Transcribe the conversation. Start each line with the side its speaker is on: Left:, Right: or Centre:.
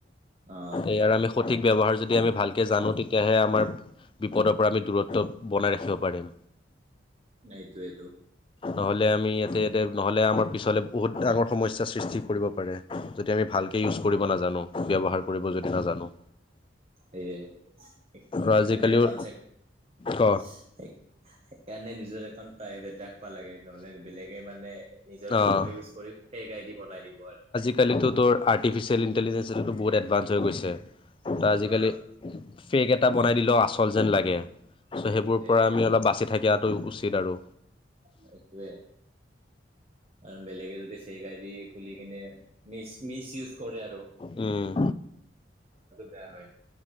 Right: অ
Left: তে ইয়াৰ আমি সঠিক ব্য্ৱহাৰ যদি আমি ভালকে জানো তেতিয়াহে আমাৰ বিপদৰ পৰা আমি দূৰত্ব বনাই ৰাখিব পাৰিম।
Right: নাই তো এইটো।
Left: নহ'লে আমি ইয়াতে ইয়াতে নহ'লে আমাৰ পিছলৈ বহুত ডাঙৰ সমস্যাৰ সৃষ্টি কৰিব পাৰে যদি আমি ভালকৈ ইউজ
Right: উম
Left: কৰিব নাজানো ব্যৱহাৰ কৰিব যদি নাজানো।
Right: সেই সেইকাৰণনে
Left: আৰু আজিকালিও
Right: একাউছে
Left: ক
Right: সেইকাৰণে নিজৰ এখন প্ৰাইভেট া লাগে নহলে বেলেগে মানে নিজৰ
Left: অ'
Right: ফটো ইউজ কৰি সেই গড বনাই দিব আৰু।
Left: আজিকালিতো তোৰ আৰ্টিফিচিয়েল ইণ্টেলিজেঞ্চতো বহুত এডভান্ঞ্চ হৈ গৈছে তাৰ আজিকাল‌
Right: হা
Left: ফেক এটা বনাই দিলেও আচল যেন লাগে চ' সেইবোৰ
Right: তে
Left: পৰা আমি অলপ বাচি থাকোঁ। থেকটো উচিত আৰু।
Right: সটোৱেই। আৰু বেলেগে যদি ফেক আইদি খুলি কিনে মিচ মিচ ইউজ কৰে আৰু।
Left: উম।
Right: দয়া হয়।